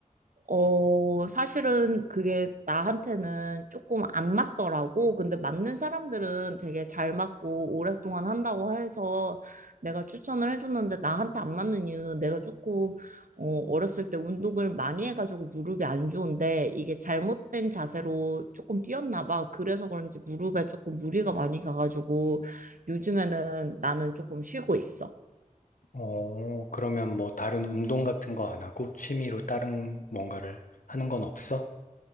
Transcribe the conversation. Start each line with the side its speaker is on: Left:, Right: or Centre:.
Right: 어, 사실은 그게 나한테는 조금 안 맞더라고. 근데 맞는 사람들은 되게 잘 맞고 오랫동안 한다고 해서 내가 추천을 해줬는데 나한테 안 맞는 이유는 내가 조금 어, 어렸을 때 운동을 많이 해가지고 무릎이 안 좋은데 이게 잘못된 자세로 조금 뛰었나 봐. 그래서 그런지 무릎에 조금 무리가 많이 가가지고 요즘에는 나는 조금 쉬고 있어.
Left: 어, 그러면 뭐 다른 운동 같은 거 안 하고 취미로 다른 뭔가를 하는 건 없어?